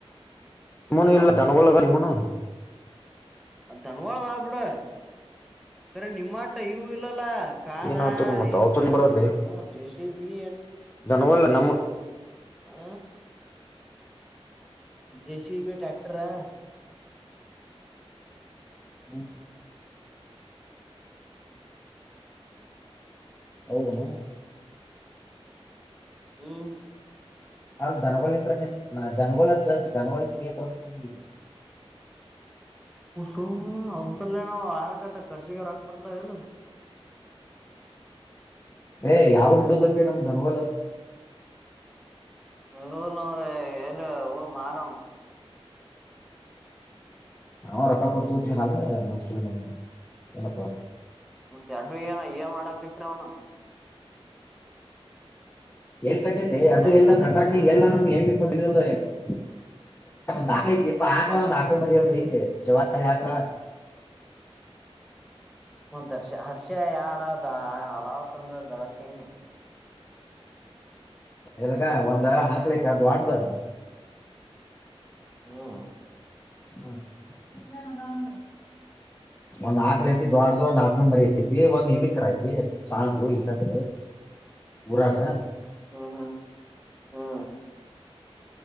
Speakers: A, on the left; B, in the centre.
A: ನಿಮ್ಮನು
B: ಅಲ್ಲ
A: ಇಲ್ಲ ದನಗೋಲ್ದ ನಿಮ್ಮನು.
B: ದನಗೋಳದಾವ ಬಿಡ. ಅರೆ ನಿಮ್ಮಾಟ ಇವು ಇಲ್ಲಲ್ಲ. ಕಾರಾ
A: ಏನ್ ಅವತೂರಿ ಮತ್ತ
B: ಎ
A: ಅವತೂರಿ
B: ಕಾರೊಂದ್
A: ಬರತ್ಲಿ
B: ಐತ್ ಜೆ ಸಿ ಬಿ
A: ದನಗಳ
B: ಜೆಸಿ
A: ನಮ್ಮ
B: ಹ. ಜೆ ಸಿ ಬಿ ಟ್ರ್ಯಾಕ್ಟರ್ ಹ.
A: ಹು ಹೌದನೋ.
B: ಹ್ಮ್
A: ಅ ದಧನಗಳಂತ್ರ ದಧನಬೋಳ ಚ ದನವಲಂತಏನ್.
B: <unintelligible> ಸಮ ಹದ್ರಲ್ಲೇ ನಾವು ಆರ ಕಟ್ಟ ಖರ್ಚಿಗೆರುಾಕ್ ಬರ್ತಾವ ಇಲ್ಲ.
A: ಏ ಯಾವ್ ಹಿಂಡದಪೀ ನಮ್ ದನ್ಗೋಳ್.
B: <unintelligible> ಇಲ್ಲ ಅಂದ್ರೆ ಎಲ್ಲಿ ಹೋಗ್ ಮಾರವನ್ನ.
A: ನಾವು ರೊಕ್ಕಾ ಕೊಡ್ತುನಾದ್ರೆ <unintelligible> ಏನಪ್ಪಾ.
B: ಮತ್ತೆ ಅಡ್ಡುವಿನ ಏನ್ ಮಾಡಾಕ್ ಇಟ್ರ ಅವನ್ನ.
A: ಎಲ್ ಕಟ್ಯತ್ಲೆ
B: ಮನ್ಯಾಗ
A: ಅದು ಎಲ್ಲ
B: ಚಂದಕ್
A: ಕಟಕ್ನ
B: ಇಟ್ರಿ
A: ಎಲ್ಲಾ ನಮ್ಗೆ ಹೆಮಪ ಬಿಡದ. <unintelligible> ಹಾ ಇರ್ಪ
B: ಮತ್
A: ಒಂದು
B: ಹರ್ಷ
A: ಆಕಳ ಮ್ಯಾರಿ ಒಂದ್ ಐ್ದದೆ ಜವಾರಿ ಹಾಕ್ಳ.
B: ಹದರ್ಷ ಹರ್ಷ ಯಡದ ಅಲಾವ್ ತಂದದ್ದ ಅದಕ್ಕನಿ‌.
A: ಎಲ್ಗ ಒಂದು ಹಾಕ್ಳ ಅಯ್ತ ದೊಡ್ಡದು.
B: ಹ್ಮ್.
A: ಹ ಹ ಒಂದ್ ಆಕ್ಳ ಐತಿ ದೋಡ್ದ ಒಂದ್ ಆಕಳ ಮರಿ ಐತಿ ಒಂದ್ ಹೆಮ್ಮಿಕರ ಐತಿ ಸಾಕು ಈತಕ್ ಊರೋರಗ.
B: ಹ್ಮ್ ಹ್ಮ್ ಹ್ಮ್.